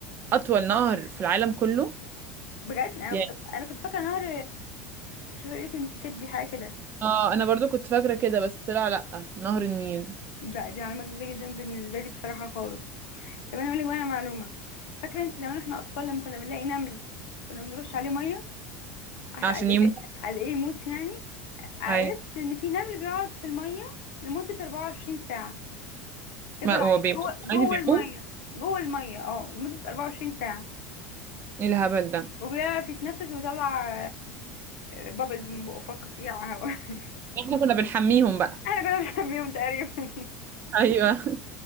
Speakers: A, on the right (about 30°); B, on the left (about 55°).
A: اطول نهر في العالم كله
B: بجد انا
A: يعني
B: انا كنت فاكره نهر مش هقول لك المسيسيبي حاجه كده
A: اه انا برضو كنت فاكره كده بس طلع لا نهر النيل
B: لا دي معلومه جديده جدا بالنسبه لي بصراحه خالص طب انا اقول لك بقى على معلومه فاكره انت زمان احنا اطفال لما كنا بنلاقي نمل كنا بنرش عليه ميه عشان
A: عشان
B: على ايه
A: يموت
B: على ايه يموت يعني عرفت
A: اي
B: ان في نمل بيقعد في الميه لمده 24 ساعه يفضل
A: ما
B: عايش
A: هو بيموت
B: جوه جوه
A: عادي بيموت
B: الميه جوه الميه اه لمده 24 ساعه
A: ايه الهبل ده
B: وبيعرف يتنفس ويطلع بابلز من بقه فكك يا هوا <laughs>
A: احنا كنا بنحميهم بقى
B: احنا كنا بنخبيهم <laughs> تقريبا
A: ايوه <laughs>